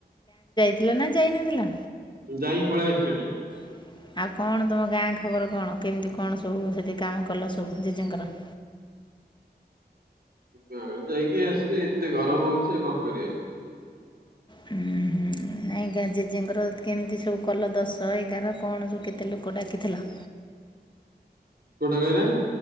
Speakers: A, on the left (about 25°); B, on the right (about 65°).
A: ଥିଲ ନା ଯାଇନଥିଲ।
B: ଯାଇକି ପଳେଇ ଆସିଲିଣି।
A: <inaudible> ଆଉ କଣ ତୁମ ଗାଁ ଖବର କଣ? କେମିତି କଣ ସବୁ ସେଠି କାମ କଲ ସବୁ ଜେଜେଙ୍କର?
B: ହୁଁ ଯାଇକି ଆସିବେ। ଏତେ ଗରମ ହଉଛି ଆଉ କଣ କରିବା।
A: ହୁଁ ହୁଁ। ନାଇଁ ଜ୍ଞା ଜେଜେଙ୍କର କେମିତି ସବୁ କଲ ଦଶ ଏଗାର କଣ ସବୁ କେତେ ଲୋକ ଡାକିଥିଲ।
B: କୋଟା କହିଲେ?